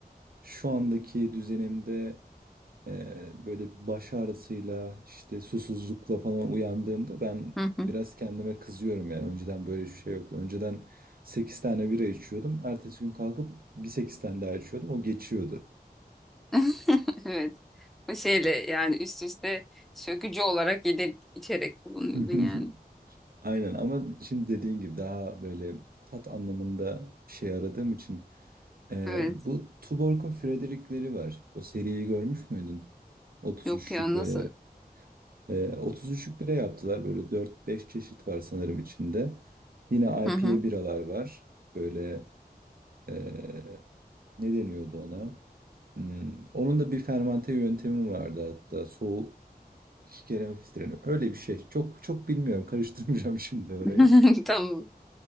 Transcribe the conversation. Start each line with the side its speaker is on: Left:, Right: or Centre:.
Right: Şu andaki düzenimde e, böyle baş ağrısıyla işte susuzlukla falan uyandığımda ben
Centre: <laughs>
Right: biraz kendime kızıyorum yani. Önceden böyle bir şey yoktu. Önceden 8 tane bira içiyordum. Ertesi gün kalkıp bir 8 tane daha içiyordum. O geçiyordu.
Centre: <laughs> Evet. O şeyle yani üst üste sökücü olarak gidip içerek kullanıyordun
Right: <laughs>
Centre: yani.
Right: Aynen ama şimdi dediğin gibi daha böyle tat anlamında bir şey aradığım için eee,
Centre: Evet.
Right: bu Tuborg'un Frederick'leri var. O seriyi görmüş müydün? 33'lük
Centre: Yok ya
Right: böyle
Centre: nasıl?
Right: eee 33'lük bira yaptılar. Böyle 4-5 çeşit var sanırım içinde. Yine
Centre: Hı
Right: IPA
Centre: hı.
Right: biralar var. Böyle eee, ne deniyordu ona? Hmm, onun da bir fermante yöntemi vardı hatta. Soğuk iki kere mi filtreleniyor? Öyle bir şey. Çok çok bilmiyorum. Karıştırmayacağım <laughs> şimdi orayı.
Centre: <laughs> Tamam.